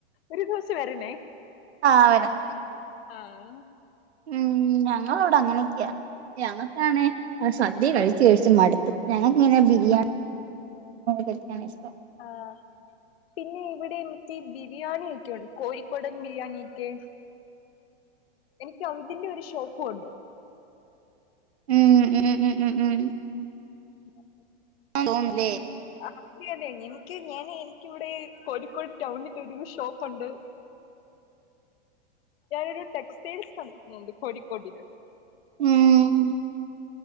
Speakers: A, on the left; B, on the right.
A: ഒരു ദിവസം വരണേ
B: ആഹ് വരാം
A: ആഹ്
B: ഉം ഞങ്ങളവിടെ അങ്ങനെയൊക്കെയാ ഞങ്ങൾക്കാണെ സദ്യ കഴിച്ച് കഴിച്ച് മടുത്ത് ഞങ്ങക്കിങ്ങനെ ബിരിയാണി കഴിക്കാനാ ഇഷ്ടം
A: ആഹ് പിന്നെ ഇവിടെ എന്നിട്ടീ ബിരിയാണിയൊക്കെയുണ്ട് കോഴിക്കോടൻ ബിരിയാണിയൊക്കെ എനിക്ക് അതിന്റെ ഒരു ഷോപ്പും ഉണ്ട്
B: ഉം ഉം ഉം ഉം ഉം
A: <inaudible>
B: തോന്നല്ലേ
A: ആഹ് അതെ അതെ എനിക്ക് ഞാന് എനിക്കിവിടെ കോഴിക്കോട് ടൗണില് ഒരു ഷോപ്പുണ്ട് ഞാനൊരു ടെക്സ്റ്റൈൽസ് നടത്തുന്നുണ്ട് കോഴിക്കോട്ടില്
B: ഉം